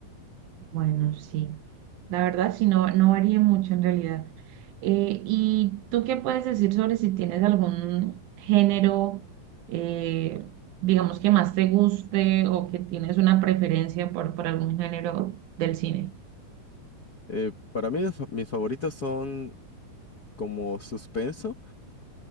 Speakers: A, on the right (about 75°); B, on the left (about 45°).
A: Bueno, sí. La verdad, sí, no, no varía mucho en realidad. Eh, ¿y tú qué puedes decir sobre si tienes algún género, eh, digamos, que más te guste o que tienes una preferencia por, por algún género del cine?
B: Eh, para mí los fa- mis favoritos son como suspenso.